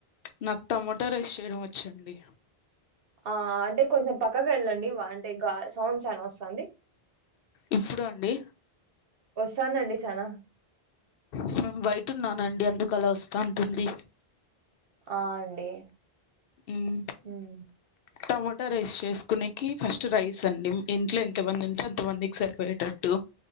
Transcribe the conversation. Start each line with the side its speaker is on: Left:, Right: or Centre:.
Left: నాక్ టమోటా రైస్ చేయడం వచ్చండి
Right: ఆ అంటే కొంచెం పక్కకేళ్ళండి వామ్టే గా సౌండ్ చాలా వస్సాంది.
Left: ఇప్పుడు అండి
Right: వస్సాందండి చానా
Left: మేం బయటున్నానండి అందుకలా వస్తాంటుంది
Right: ఆ అండి
Left: మ్
Right: హ్మ్.
Left: టమోటా రైస్ చేసుకునేకి ఫస్ట్ రైస్ అండి, మ్ ఇంట్లో ఎంతమంది ఉంటే అంత మందికి సరిపోయేటట్టు.